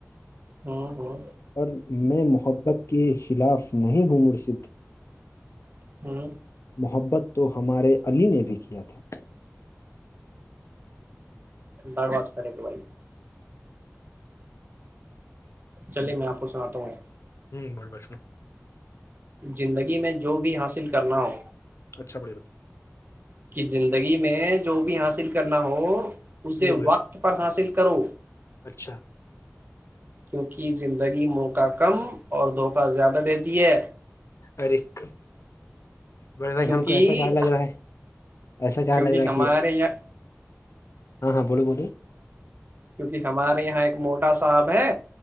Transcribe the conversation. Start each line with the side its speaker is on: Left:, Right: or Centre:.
Right: ہوں ہوں
Left: پر میں محبت کے خلاف نہیں ہوں مرسد
Right: ہوں
Left: محبت تو ہمارے علی نے بھی کیا تھا
Right: درواز کرے بھائی چلے میں آپ کو سناتا ہوں
Left: ہوں بڑ بیشنا
Right: زندگی میں جو بھی حاصل کرنا ہو
Left: اچھا بڑیات
Right: کہ زندگی میں جو بھی حاصل کرنا ہو اسے
Left: نیو بڑے
Right: وقت
Left: بھائی
Right: پر حاصل کرو
Left: اچھا
Right: کیونکہ زندگی موقع کم اور دھوکہ زیادہ دیتی ہے
Left: ارق بے بھائی
Right: کیونکہ
Left: ہم کو ایسا کہا لگ رہا ہے ایسا کہا
Right: کیونکہ
Left: لگ رہا ہے
Right: ہمارے
Left: کہ
Right: یہاں
Left: ہاں ہاں بو بو
Right: کیونکہ ہمارے یہاں ایک موٹا صاحب ہے